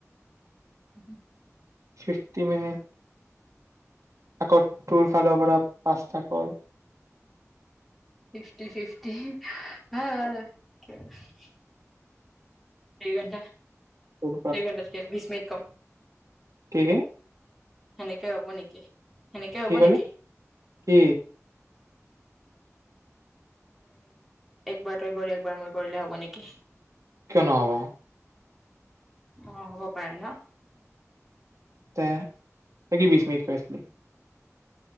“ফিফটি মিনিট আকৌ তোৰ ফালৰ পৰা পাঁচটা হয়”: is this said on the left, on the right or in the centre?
Right